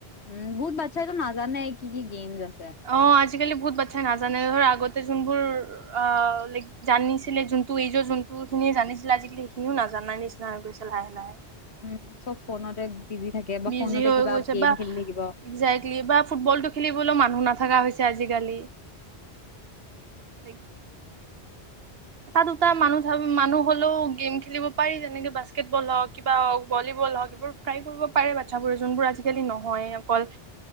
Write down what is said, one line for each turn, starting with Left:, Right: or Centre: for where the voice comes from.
Left: উম মোৰ বাচ্ছাইটো নাজানে কি কি গেমছ আছে।
Right: অ আজিকালি বহুত বাচ্ছা নাজানে ধৰ আগতে যোনবোৰ অ লাইক জানিছিলে যোনটো এইজৰ যোনটো খিনিয়ে জানিছিলে আজিকালি সিনিও নাজানাই নিচিনা হৈ গৈছে লাহে লাহে।
Left: উম চব ফোনতে বিজি থাকে বা
Right: বিজি
Left: ফোনতে
Right: হৈ
Left: কিবা
Right: গৈছে
Left: গেম
Right: বা
Left: খেলি থাকিব।
Right: একজেক্টলি বা ফুটবলটো খেলিবলৈ মানুহ নাথাকা হৈছে আজিকালি। লাইক এটা দুটা মানুহ মানুহ হ'লেও গেম খেলিব পাৰি, যেনেকে বাস্কেটবল হওক কিবা হওক ভলীবল হওক এইবোৰ ফ্ৰাই কৰিব পাৰে বাচ্ছাবোৰে যোনবোৰ আজিকালি নহয় অকল